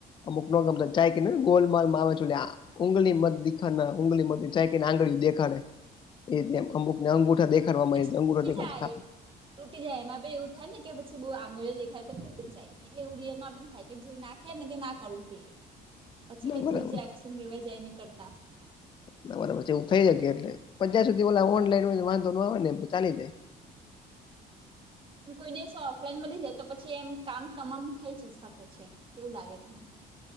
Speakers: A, on the left; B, on the right.
A: અમુકનો ગમ જાય કે ને ગોલ માલમાં આવે છો. ઊગલી મત દેખાના ઊગલી મત ચાય કેને આંગળી દેખાડે એ અમુકને અંગૂઠા દેખાવા
B: પછી
A: મળે
B: તૂટી
A: અંગૂઠા દેડતો.
B: જાય તૂટી જાય એમાં બી એવું થાય ને કે પછી બહુ આંગળીઓ દેખાય તો તૂટી જાય. એટલે એવું રીઅલ મા પણ થાય કે જે ના કે ને કે ના કરવું જોઈએ. પછી
A: ના
B: કઈક
A: બરાબર
B: બીજા એસન લેવાય જાય ની કરતા.
A: ના બરાબર એવું થઈ જશે એટલે જ્યાર સુધી ઓલા ઓનલાઈન હોય વાંધો ન આવે ને ચાલી જાય.
B: કોઈ દિવસો ઓફલાઈન મળી જાય તો પછી એમ કામ તમામ થઈ જ શકે છે કેવું લાગે તમન